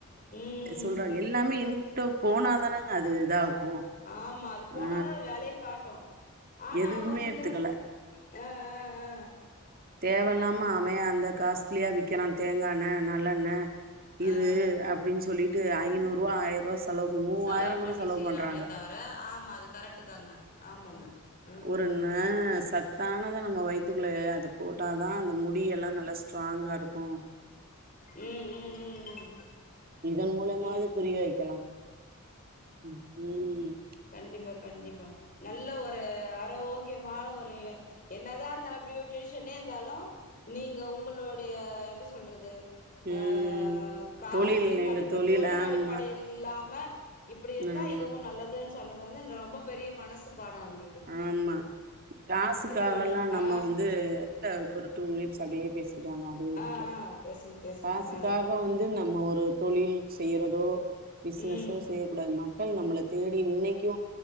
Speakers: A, on the left; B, on the right.
A: ம்
B: சொல்றாங்க எல் லாமே இன்புட்டா போனாதானங்க அது இதாகு
A: ஆமா அது போனாதா
B: ஆ
A: அது வேலயே காட்டுஆனா
B: எதுவுமே
A: ஒரு சிலர்
B: எடுத்துக்கல
A: ஆ ஆ ஆ
B: தேவயில்லாம அவே அந்த காஸ்ட்லியா விக்கிறா தேங்காண்ண நல்லெண்ண
A: ஆ
B: இது அப்டின் சொல்லிட்டு ஐநூறு ரூவா ஆயரூவா செலவு பண் மூவாயிரோகூட
A: செலவு பண்ணி
B: செலவு
A: செய்யறாங்களே
B: பண்றாங்க
A: தவிர ஆமா அது கரெக்ட்டு தாங்க ஆமாங்க ம்
B: ஒரு
A: ம்
B: ந
A: ம்
B: சத்தானதா நம்ம வய்த்துக்குள்ள அ த போட்டாதா அந்த முடியல்லா நல்லா ஸ்ட்ராங்காருக்கு
A: ம் ம் ம் ம்
B: இதன் மூலமாது
A: ம்
B: புரிய வெக்கலா ம்
A: கண்டிப்பா கண்டிப்பா நல்ல ஒரு ஆரோக்கியமான ஒரு என்னதா இர்ந்தாலு ப்யூடிஷனே இந்தாலு நீங்க ஒங்களோடய எப்டி சொல்றது
B: ம்
A: ஆ காசுனு
B: தொழில் எங்க
A: அடிப்படை தொழில்
B: ஆமா
A: அடிப்படையில் இல்லாம இப்டி இருந்தா
B: ஆமா
A: இதுவு நல்லதுன்னு சொன்னது வந்து ரொம்ப பெரிய மனசு பா னா ஒங்ளு
B: ஆமா காசுக்காகல்லா
A: தோழி
B: நம்ம
A: ஆ
B: வந்து இல்ல ஒரு டூ மினிட்ஸ் அப்டியே பேசிட்டுவாங்க அதுவே
A: ஆ ஆ
B: நிக்கு
A: பேசுங்க பேசுங்க
B: காசுக்காக
A: ஆ
B: வந் து நம்ம ஒரு தொழில் செய்றதோ பிசினஸோ
A: ம்
B: செய்ய கூடாது மக்கள் நம்மள தேடி இன்னைக்கு